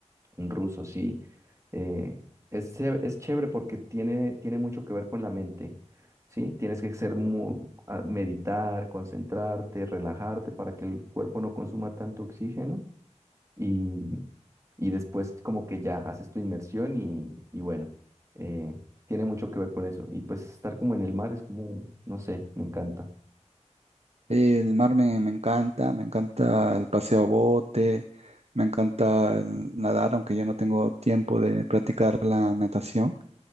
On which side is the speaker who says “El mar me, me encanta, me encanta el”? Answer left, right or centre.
Right